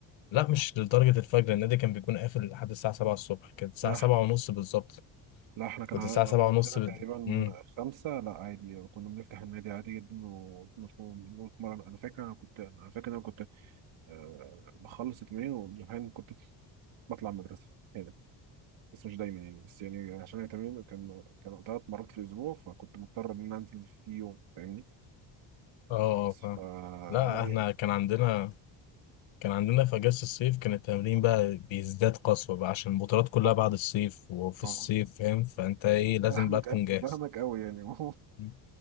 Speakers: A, on the left (about 65°); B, on the right (about 70°).
A: لا مش لدرجة الفجر النادي كان بيكون قافل لحد الساعة سبعة الصبح كانت الساعة
B: لا
A: سبعة ونص بالظبط
B: لا احنا كان
A: كنت
B: ع-
A: الساعة سبعة ونص
B: عندنا
A: بال...
B: تقريبا
A: مم.
B: خمسة لا عادي كنا بنفتح النادي عادي جدا ونطلع- ونتمرن انا فاكر انا كنت انا فاكر انا كنت أه بخلص التمرين واحيانا كنت بطلع المدرسه هنا بس مش دايما يعني بس يعني عشان التمرين كان كان ثلاث مرات في الاسبوع فكنت مضطر ان أنا انزل في يوم فاهمني
A: اه اه فاهم
B: ف
A: لا
B: لا
A: احنا
B: يعني
A: كان عندنا كان عندنا في أجازة الصيف كان التمرين بقى بيزداد قسوة بقى عشان البطولات كلها
B: طبعا
A: بعد الصيف وفي
B: طبعا
A: الصيف فاهم فأنت ايه
B: <laughs>
A: لازم
B: فاهمك
A: بقى تكون
B: قوي
A: جاهز
B: فاهمك قوي يعني <laughs>
A: مم.